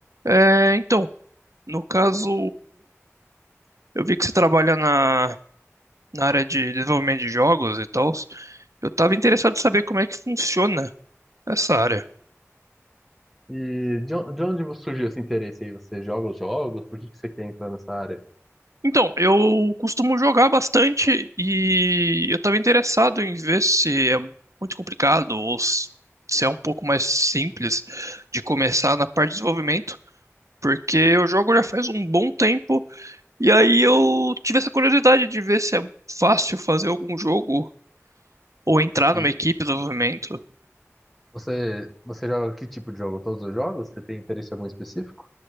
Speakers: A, on the right; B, in the centre.
A: É, então, no caso, eu vi que você trabalha na, na área de desenvolvimento de jogos e tal. Eu estava interessado em saber como é que funciona essa área.
B: E de, on- de onde surgiu esse interesse aí? Você joga os jogos? Por que que você quer entrar nessa área?
A: Então, eu costumo jogar bastante e eu estava interessado em ver se é muito complicado ou se se é um pouco mais simples de começar na parte de desenvolvimento, porque eu jogo já faz um bom tempo e aí eu tive essa curiosidade de ver se é fácil fazer algum jogo ou entrar
B: E
A: numa equipe de desenvolvimento.
B: você, você joga que tipo de jogo? Todos os jogos? Você tem interesse em algum específico?